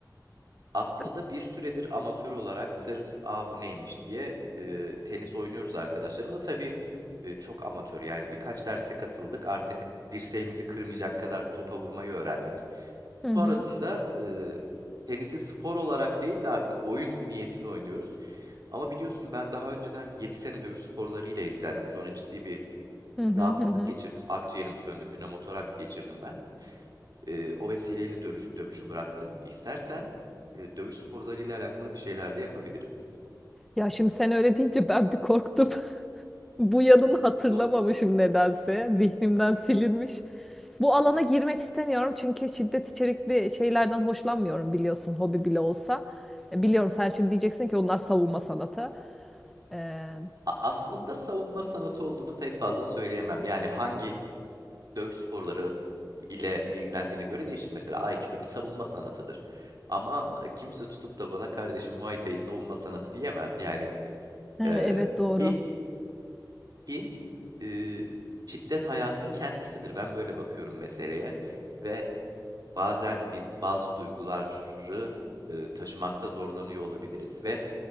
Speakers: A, on the right (about 60°); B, in the centre.
A: Aslında
B: K-
A: bir süredir amatör olarak sırf aa bu neymiş diye e, tenis oynuyoruz arkadaşlarımla. Tabii e, çok amatör yani birkaç derse katıldık. Artık dirseğimizi kırmayacak kadar topa vurmayı öğrendik.
B: Hı
A: Sonrasında
B: hı,
A: e, tenisi spor olarak değil de artık oyun niyetini oynuyoruz. Ama biliyorsun ben daha önceden 7 sene dövüş sporlarıyla ilgilendim. Sonra ciddi bir
B: hı hı,
A: rahatsızlık
B: hı hı.
A: geçirdim. Akciğerim söndü, pnömotoraks geçirdim ben. E, o vesileyle dönüş, dövüşü bıraktım. İstersen e, dövüş sporlarıyla alakalı bir şeyler de yapabiliriz.
B: Ya şimdi sen öyle deyince ben bir korktum. <laughs> Bu yanını hatırlamamışım
A: Yok.
B: nedense. Zihnimden silinmiş. Bu alana girmek istemiyorum çünkü şiddet içerikli şeylerden hoşlanmıyorum biliyorsun hobi bile olsa. E, Biliyorum sen şimdi diyeceksin ki onlar savunma sanatı. E,
A: A- Aslında savunma sanatı olduğunu pek fazla söyleyemem. Yani hangi dövüş sporları ile ilgilendiğine göre değişir. Mesela Aikido bir savunma sanatıdır. Ama e, kimse tutup da bana kardeşim Muay Thai savunma sanatı diyemez. Yani
B: Ee,
A: e,
B: Evet doğru.
A: ki ki e, şiddet hayatın kendisidir. Ben böyle bakıyorum meseleye ve Bazen biz bazı duyguları e, taşımakta zorlanıyor olabiliriz ve